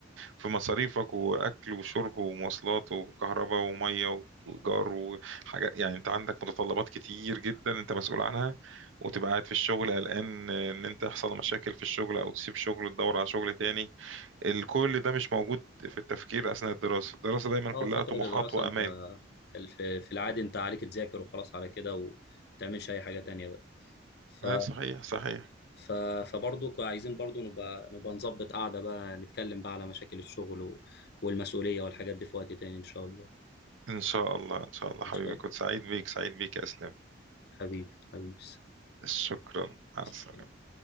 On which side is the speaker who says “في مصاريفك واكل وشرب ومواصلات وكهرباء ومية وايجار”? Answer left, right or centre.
Right